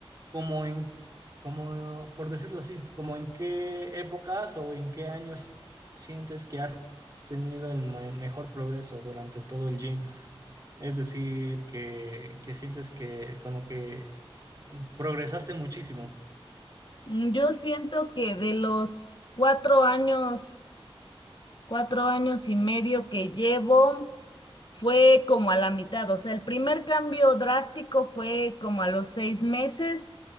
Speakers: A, on the right; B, on the left.
A: como en, como, por decirlo así, como en qué épocas o en qué años sientes que has tenido el me- mejor progreso durante todo el gym. Es decir, que, que sientes que como que mm, progresaste muchísimo.
B: Mm, Yo siento que de los cuatro años, cuatro años y medio que llevo, fue como a la mitad. O sea, el primer cambio drástico fue como a los seis meses